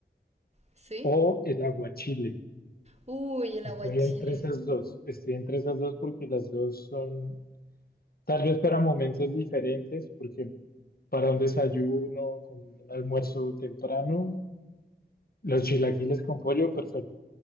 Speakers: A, on the right; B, on the left.
A: sí.
B: o el aguachile.
A: Uy, el
B: Estoy
A: aguachile,
B: entre esas dos, estoy entre esas dos porque las dos son, tal vez para momentos diferentes, porque para un desayuno, con un almuerzo temprano, los chilaquiles con pollo, perfecto.